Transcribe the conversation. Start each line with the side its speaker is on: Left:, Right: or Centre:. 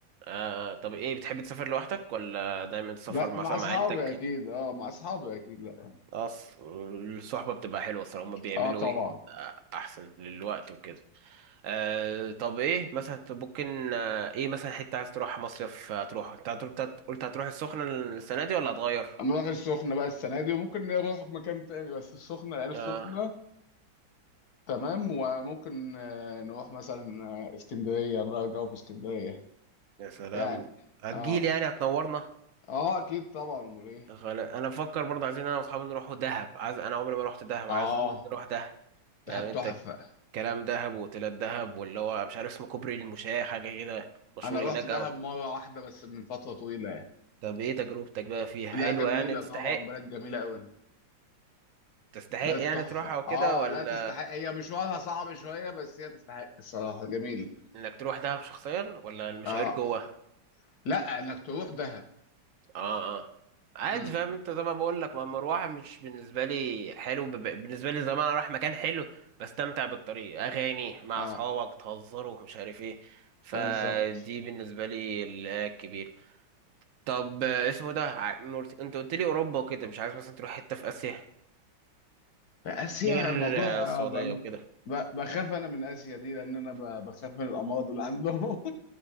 Right: آه طب ايه بتحب تسافر لوحدك ولا دايما تسافر
Left: لا
Right: مثلا
Left: مع اصحابي
Right: مع عيلتك
Left: اكيد اه مع اصحابي اكيد لا
Right: اصل الصحبة بتبقى حلوة الصراحة هما بيعملوا
Left: اه طبعا
Right: ايه آه، احسن للوقت وكده آه طب ايه مثلا طب ممكن آه ايه مثلا حتة عايز تروح مصيف آه، تروح انت هتروح- أنت قلت هتروح السخنة السنة دي ولا هتغير
Left: نروح السخنه بقى السنه دي وممكن نروح مكان تاني بس السخنه لان السخنه
Right: اه
Left: تمام وممكن آه، نروح مثلا آه، اسكندرية نغير جو في اسكندرية
Right: يا سلام
Left: يعني
Right: هتجيلي
Left: اه
Right: يعني هتنورنا
Left: اه اكيد طبعا امال ايه
Right: خل- انا بفكر برضه عايزين انا واصحابي نروحوا دهب عايز انا عمري ما رحت دهب
Left: اه
Right: عايز نروح دهب
Left: ده
Right: آه
Left: تحفة
Right: انت كلام دهب واوتيلات دهب واللي هو مش عارف اسمه كوبري المشاة حاجة كده مشهور
Left: انا
Right: هناك
Left: رحت دهب
Right: اوي
Left: مرة واحدة بس من فترة طويلة يعني.
Right: طب ايه تجربتك بقى فيها
Left: لا
Right: حلوة
Left: جميلة
Right: يعني تستحق
Left: طبعا بلد جميلة قوي
Right: تستحق
Left: بلد
Right: يعني
Left: تحفة
Right: تروحها وكده
Left: اه
Right: ولا
Left: لا تستحق هي مشوارها صعب شوية بس هي تستحق الصراحة جميلة
Right: انك تروح دهب شخصيا ولا المشاوير
Left: اه
Right: جوه
Left: لا انك تروح دهب
Right: اه اه عادي
Left: امم
Right: فاهم انت زي ما بقول لك ما المروحه مش بالنسبه لي حلو بب- بالنسبه لي زمان انا رايح مكان حلو بستمتع بالطريق اغاني مع
Left: اه
Right: اصحابك تهزروا ومش عارف ايه فدي
Left: بالظبط
Right: بالنسبه لي الكبير طب آه، اسمه ده ع- مرت... انت قلت لي اوروبا وكده مش عايز مثلا تروح حته في اسيا
Left: اسيا
Right: غير
Left: الموضوع
Right: آه، السعوديه
Left: آه، ب-
Right: وكده
Left: ب- بخاف انا من اسيا دي لان انا ب- بخاف من الامراض اللي عندهم